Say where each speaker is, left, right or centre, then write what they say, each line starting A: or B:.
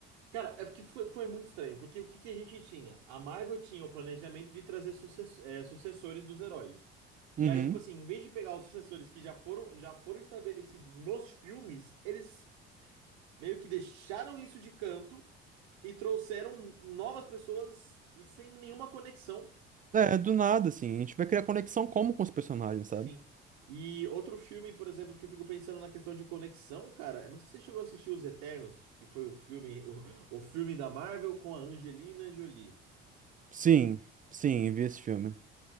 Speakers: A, on the right (about 80°); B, on the right (about 25°).
A: Cara, é porque foi, foi muito estranho. Porque o que, que a gente tinha? A Marvel tinha o planejamento de trazer sucess- é, sucessores dos heróis.
B: Uhum.
A: E aí, tipo assim, em vez de pegar os sucessores que já foram, já foram estabelecidos nos filmes, eles meio que deixaram isso de canto e trouxeram novas pessoas e sem nenhuma conexão.
B: É, do nada, assim. A gente vai criar conexão como com os personagens,
A: Sim.
B: sabe?
A: E outro filme, por exemplo, que eu fico pensando na questão de conexão, cara, eu não sei se você chegou a assistir Os Eternos, que foi o filme, <laughs> o, o filme da Marvel com a Angelina Jolie.
B: Sim, sim, vi esse filme.